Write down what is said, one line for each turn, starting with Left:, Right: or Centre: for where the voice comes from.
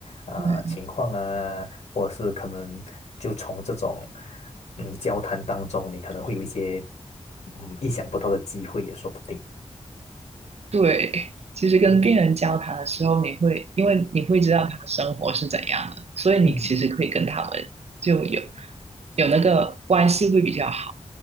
Left: 呃情况啊，
Right: 对
Left: 或者是可能就从这种嗯交谈当中，你可能会有一些嗯意想不到的机会也说不定。
Right: 对，其实跟病人交谈的时候，
Left: 嗯
Right: 你会因为你会知道他的生活是怎样的，所以你其实可以跟他们就有
Left: 嗯。
Right: 有那个关系会比较好。